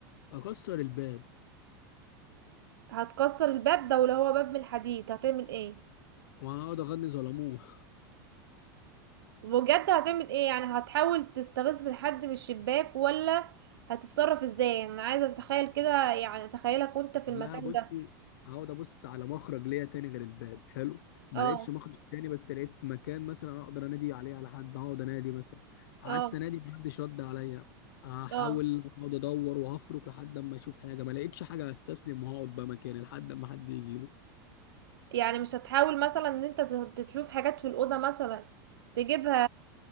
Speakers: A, on the left (about 70°); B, on the right (about 85°).
A: اكسر الباب
B: هتكسر الباب ده ولو هو باب من الحديد هتعمل ايه
A: واقعد اغني ظلموه <laughs>
B: بجد هتعمل ايه يعني هتحاول تستغيث بالحد من الشباك ولا هتتصرف ازاي يعني انا عايزه اتخيل كده يعني اتخيلك وانت في
A: لا
B: المكان
A: بصي
B: ده
A: هقعد ابص على مخرج ليا تاني غير الباب حلو ما
B: اه
A: لقيتش مخرج تاني بس لقيت مكان مثلا اقدر انادي عليه على حد هقعد انادي مثلا قعدت
B: اه
A: انادي محدش رد عليا هحاول
B: اه
A: اقعد ادور وهفرك لحد اما اشوف حاجه ما لقيتش حاجه هستسلم وهقعد بقى مكاني لحد اما حد يجي لي.
B: يعني مش هتحاول مثلا ان انت ت- تشوف حاجات في الاوضه مثلا تجيبها